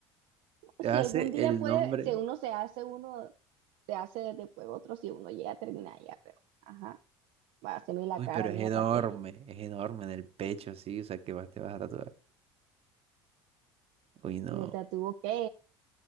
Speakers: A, on the right; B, on the right.
A: Te
B: Si
A: vas a
B: algún
A: hacer
B: día
A: el
B: puede,
A: nombre.
B: si uno se hace uno, se hace después otro, si uno llega a terminar ya, pero, ajá, va a hacerme la
A: Uy,
B: cara
A: pero es
B: mía,
A: enorme,
B: ¿para qué?
A: es enorme en el pecho, sí. O sea, ¿qué más te vas a tatuar? Uy, no.
B: Me tatuó que